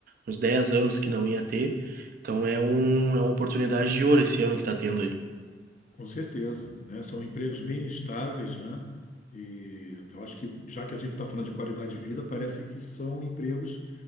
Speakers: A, on the right; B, on the left.
A: uns 10 anos que não ia ter. Então é, um, é uma oportunidade de ouro esse ano que tá tendo aí.
B: com certeza, né? São empregos bem estáveis, né? E eu acho que, já que a gente está falando de qualidade de vida, parece que são empregos